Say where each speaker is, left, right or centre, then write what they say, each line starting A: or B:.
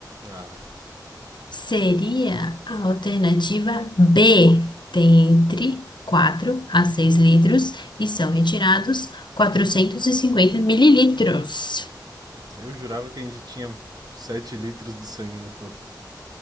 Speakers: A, on the right; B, on the left.
A: Ah,
B: Seria a alternativa B, tem entre 4 a 6 litros e são retirados 450 mililitros.
A: eu jurava que a gente tinha 7 litros de sangue no corpo.